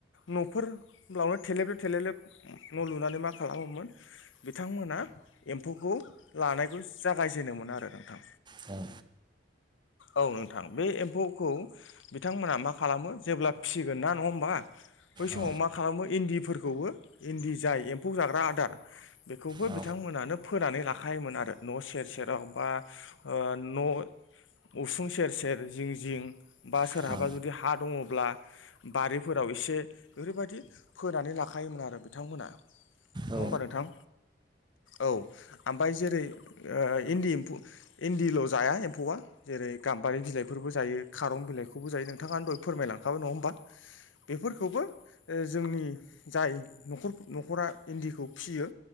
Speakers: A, on the left; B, on the right.
A: न'फोर बावनो थेलेब लेब थेलेब लेब न' लुनानै मा खालामो मोन बिथांमोना एम्फौखौ लानायखो जागाय जेनोमोन आरो नोंथां।
B: दा
A: औव नोंथां बे एम्फौखौ बिथांमोना मा खालामो? जेब्ला फिसिगोन ना नङा होमबा बै समाव
B: औ
A: मा खालामो इन्दिफोरखौबो इन्दि जाय एम्फौ जाग्रा आदार बेखौबो
B: औ
A: बिथां बिथां मोनानो फोनानै लाखायोमोन आरो न' सेर सेराव बा ओ न' उसुं सेर सेर जिं जिं बा सोरहाबा
B: नोंथां
A: जुदि हा दङ अब्ला बारिफोराव एसे ओरैबायदि फोनानै लाखायोमोन आरो बिथांमोना। नङा
B: औ
A: होमबा नोंथां। औव ओमफ्राय जेरै ओ इन्दि एम्फौ इन्दिल' जाया <unintelligible> एम्फौवआ जेरै गाम्बारि बिलाइफोरबो जायो खारं बिलाइखौबो जायो नोंथाङा दहाय फोरमायलां <unintelligible> होमबा बेफोरखौबो जोंनि जाय न'खर, न'खरा इन्दिखौ फिसियो